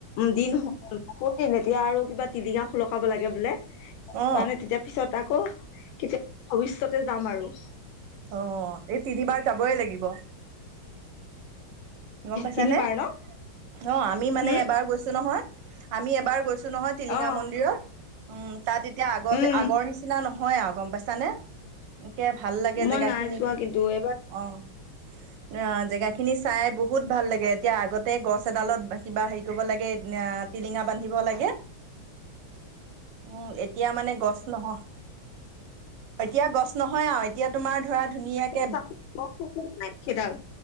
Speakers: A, on the left (about 85°); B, on the right (about 70°).
A: দিন হ'ল ক দিন এতিয়া আৰু কিবা টিলিঙা সলকাব লাগে বোলে <unintelligible> সেই
B: অ
A: কাৰণে তেতিয়া পিছত আকৌ কেতিয়াবা ভৱিষ্যতে যাম আৰু
B: অ' এই তিনিবাৰ যাবই লাগিব। গম পাইছানে
A: তিনিবাৰ ন
B: ন আমি মানে
A: হুম।
B: এবাৰ গৈছো নহয়। আমি এবাৰ গৈছো নহয়। টিলিঙা
A: অ।
B: মন্দিৰত উম তাত এতিয়া আগতে
A: উম
B: আগৰ নিচিনা নহয়। হয় আৰু গম পাইছানে এতিয়া ভাল লাগে।
A: মই
B: জেগা
A: নাই
B: খিনি
A: যোৱা কিন্তু এইবাৰ
B: অ' অ' জেগা খিনি চাই বহুত ভাল লাগে। এতিয়া আগতে গছ ছ এডালত কিবা হেৰি কৰিব লাগে। টিলিঙা বান্ধিব লাগে। উম এতিয়া মানে গছ নহ এতিয়া গছ নহয় এতিয়া তোমাৰ ধৰা ধুনীয়াকে
A: ছ গছ নাই সেইডাল